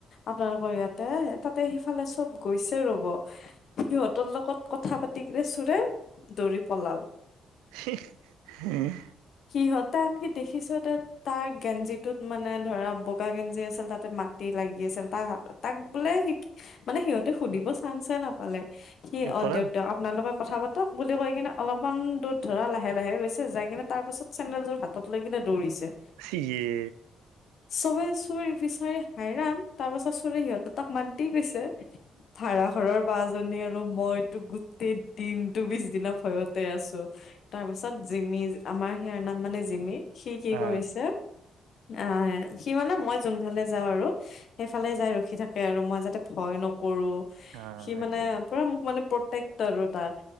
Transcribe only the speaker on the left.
আপোনালোকৰ ইয়াতে তাতে সিফালে চব গৈছে ৰব। সিহঁতৰ লগত কথা পাতি কিনে চোৰে দৌৰি পলাল।
সিহঁতে আনকি দেখিছে কি তাক গেঞ্জিটোত মানে ধৰা বগা গেঞ্জি আছিল। তাতে মাটি লাগি আছিল। তাৰ হাতত তাক বোলে শিকি মানে সিহঁতে সুধিব চাঞ্চে নাপালে, সি অ
'দিয়ক দিয়ক আপোনালোকে কথা পাতক বুলি কৈ কিনে অলপমান দূৰ ধৰা লাহে লাহে গৈছে, যাই কিনে তাৰ পিছত চেন্দেলযোৰ হাতত লৈ কিনে দৌৰিছে।
চবে চোৰ বিচাৰি হায়ৰাণ তাৰ পাছত চোৰে সিহঁত দুটাক মাত দি গৈছে, ভাৰা ঘৰৰ বা জনী আৰু মই গোটেই দিনটো টো পিছ দিনা ভয়তে আছো, তাৰ পাছত জিমি আমাৰ সিয়াৰ নাম মানে জিমি। সি কি
কৰিছে আহ সি মানে মই যোনফালে যাওঁ আৰু সেইফালে যাই ৰখি থাকে আৰু মই যাতে ভয় নকৰো।
সি
মানে পুৰা মোক মানে প্ৰটেক্ট আৰু তাৰ।